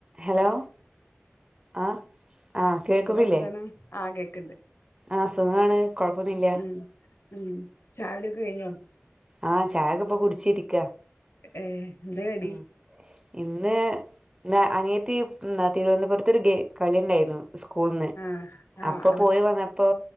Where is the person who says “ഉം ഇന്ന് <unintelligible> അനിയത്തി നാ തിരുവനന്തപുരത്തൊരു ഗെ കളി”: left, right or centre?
Right